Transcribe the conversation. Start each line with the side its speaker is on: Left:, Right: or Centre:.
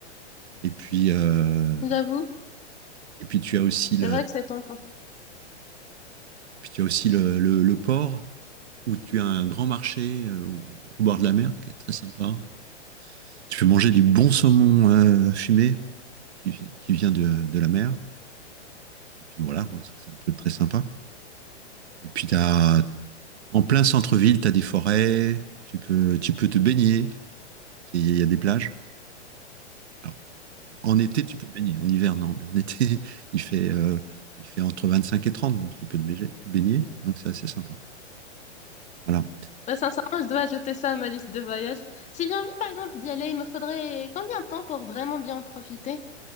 Right: Et puis, euh,
Left: J'avoue,
Right: et puis tu as aussi
Left: c'est
Right: le,
Left: vrai que c'est tentant.
Right: puis tu as aussi le, le, le port où tu as un grand marché euh, au bord de la mer qui est très sympa. Tu peux manger du bon saumon euh, fumé qui, qui vient de, de la mer. Et puis voilà, je pense que c'est un truc très sympa. Et puis, tu as, En plein centre-ville, tu as des forêts, tu peux, tu peux te baigner, il y, a il y a des plages. Alors, en été, tu peux te baigner, en hiver, non, mais en été, <laughs> il fait, euh, il fait entre 25 et 30, donc tu peux te baiger- baigner, donc c'est assez sympa. Voilà.
Left: Bah, sincèrement, je dois ajouter ça à ma liste de voyage. Si j'ai envie, par exemple, d'y aller, il me faudrait combien de temps pour vraiment bien en profiter?